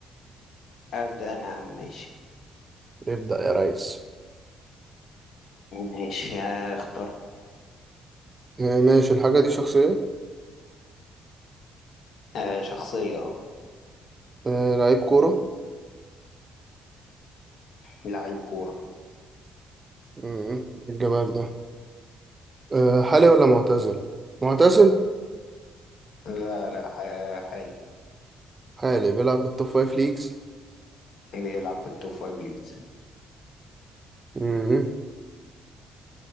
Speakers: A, on the left; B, on the right.
A: أبدأ أنا يا عم، ماشي
B: ابدا يا ريس
A: ماشي آه، اخترت
B: أه ماشي الحاجه دي شخصيه
A: آه، شخصية اه
B: أه لعيب كوره
A: لعيب كورة
B: امم الجمال ده أه حالي ولا معتزل معتزل
A: لا لا ح- حالي
B: حالي بيلعب في التوب فايف ليجز
A: بيلعب في التوب فايف ليجز
B: مم.